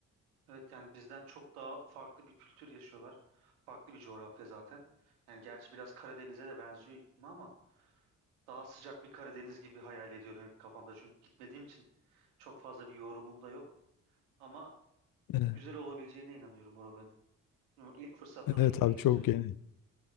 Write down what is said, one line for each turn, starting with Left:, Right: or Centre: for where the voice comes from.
Right: Evet yani bizden çok daha farklı bir kültür yaşıyorlar. Farklı bir coğrafya zaten. Yani gerçi biraz Karadeniz'e de benziyor iklimi ama daha sıcak bir Karadeniz gibi hayal ediyorum hep kafamda. Çünkü gitmediğim için çok fazla bir yorumum da yok. Ama
Left: Evet
Right: güzel olabileceğine inanıyorum oraların. Ama İlk fırsatta
Left: Evet
Right: da gitmek
Left: abi çok
Right: istiyorum.
Left: geniş.